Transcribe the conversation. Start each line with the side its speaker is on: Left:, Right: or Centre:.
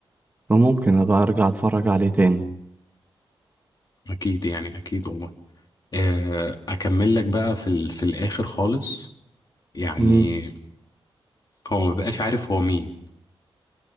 Right: وممكن أبقى أرجع أتفرج عليه تاني
Left: أكيد يعني أكيد والله آه، أكمل لك بقى في ال... في الآخر خالص يعني
Right: امم
Left: هو ما بقاش عارف هو مين